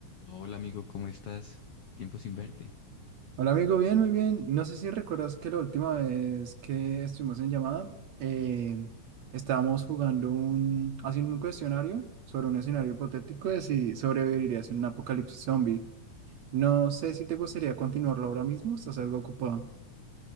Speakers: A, on the left; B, on the right.
A: Hola amigo, ¿cómo estás? Tiempo sin verte.
B: Hola amigo, bien, muy bien. No sé si recuerdas que la última vez que estuvimos en llamada, eh, estábamos jugando un, haciendo un cuestionario sobre un escenario hipotético de si sobrevivirías en un apocalipsis zombie. No sé si te gustaría continuarlo ahora mismo, estás algo ocupado.